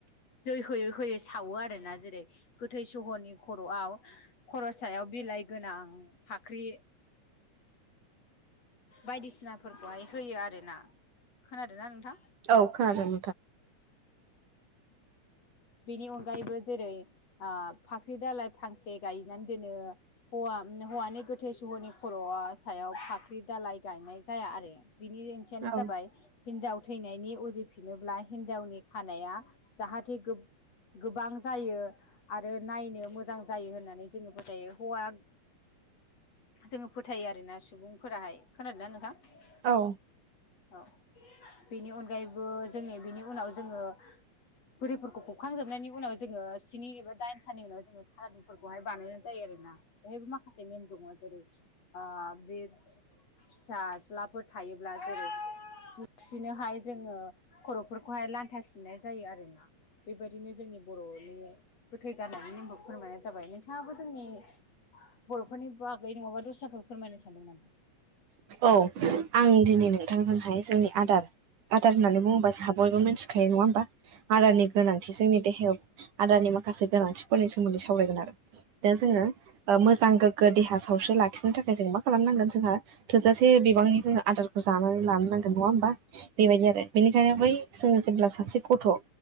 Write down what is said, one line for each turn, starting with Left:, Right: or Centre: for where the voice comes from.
Left: जै होयै होयै सावो आरोना जेरै गोथै सहरनि खर'आव खर' सायाव बिलाइ गोनां फाख्रि बायदिसिनाफोरखौहाय होयो आरोना खोनादों ना नोंथां
Right: औ खोनादों नोंथां
Left: बेनि अनगायैबो जेरै फाख्रि दलाइ फांसे गायनानै दोनो हौवा हौवानि गोथै सहरनि खर' सायाव फाख्रि दालइ गायनाय जाया आरो बिनि ओंथियानो
Right: औ
Left: जाबाय हिनजाव थैनायनि उजिफिनोब्ला हिनजावनि खानाया जाहाथे गोबां जायो आरो नायनो मोजां जायो होननानै जोङो फोथायो हौवा जोङो फोथायो आरोना सुबुंफोराहाय खोनादों ना नोंथां
Right: औ
Left: औ बेनि अनगायैबो जोंनि बेनि उनाव जोङो बुरिफोरखौ खुखांजोबनायनि उनाव जोङो स्नि एबा दाइनथानि उनाव जोङो सारादुफोरखौहाय बानायनाय जायो आरोना बेहायबो माखासे नेम दङ जेरै बे फिसाज्लाफोर थायोब्ला जेरै बिसिनोहायो जोङो खर'फोरखौहाय लान्था सिननाय जायो आरोना। बेबायदिनो जोंनि बर'नि गोथै गारनायनि नेमखौ फोरमायनाय जाबाय नोंथाङाबो जोंनि बर'फोरनि बागै नङाबा दस्राफोर फोरमायनो सानदों नामा?
Right: औ आं दिनै नोंथांजोंहाय जोंनि आदार आदार होननानै बुङोबा, जोंहा बयबो मिन्थिखायो नङा होमबा? आदारनि गोनांथि जोंनि देहायाव आदानि माखासे गोनांथिफोरनि सोमोन्दै सावरायगोन आरो दा जोङो ओ मोजां गोग्गो देहा सावस्रि लाखिनो थाखाय जों मा खालामनांगोन जोंहा थोजासे बिबांनि जोङो आदारखौ जानानै लानो नांगोन नङा होमबा बेबायदि आरो बेनिखायनो बै जोङो जेब्ला सासे गथ'